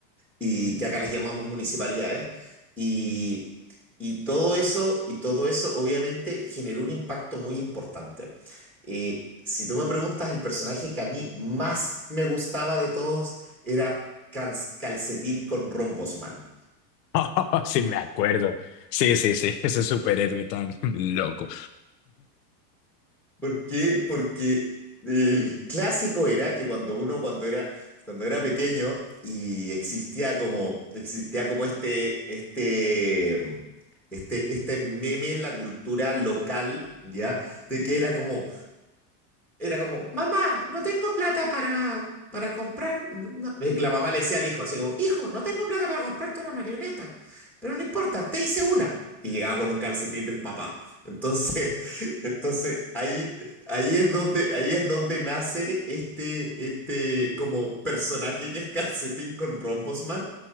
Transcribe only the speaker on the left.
<laughs> Sí, me acuerdo. Sí, sí, sí, <laughs> ese superhéroe tan <laughs> loco.